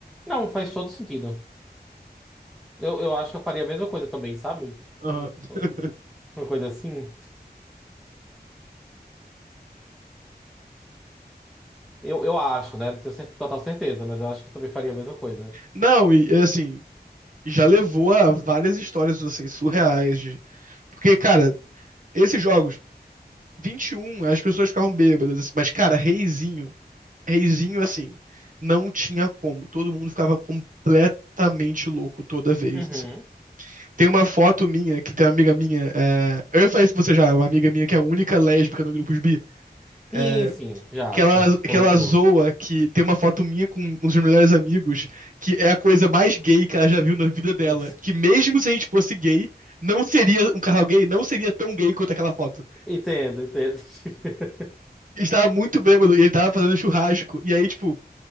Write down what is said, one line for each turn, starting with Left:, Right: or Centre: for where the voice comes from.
Centre: Não, faz todo sentido. Eu, eu acho que eu faria a mesma coisa também, sabe?
Right: Aham.
Centre: Hum,
Right: <laughs>
Centre: Uma coisa assim. Eu, eu acho, né? Não tenho cer- total certeza, mas eu acho que eu também faria a mesma coisa.
Right: Não, e é assim, já levou a várias histórias assim surreais de... porque cara, esses jogos 21, as pessoas ficavam bêbadas assim, mas cara, Reizinho, Reizinho assim, não tinha como, todo mundo ficava completamente louco toda vez
Centre: Uhum.
Right: assim. Tem uma foto minha que tem uma amiga minha, é... eu falei isso pra você já, uma amiga minha que é a única lésbica no grupo bi, é...
Centre: Sim, sim, já,
Right: que ela,
Centre: você já
Right: que
Centre: comentou.
Right: ela zoa que tem uma foto minha com um dos meus melhores amigos, que é a coisa mais gay que ela já viu na vida dela.
Centre: <laughs> Ent-
Right: Que mesmo se a gente fosse gay, não seria um casal gay, não seria tão gay quanto aquela foto.
Centre: Entendo, entendo. <laughs>
Right: Ele estava muito bêbado e ele estava fazendo churrasco. E aí, tipo,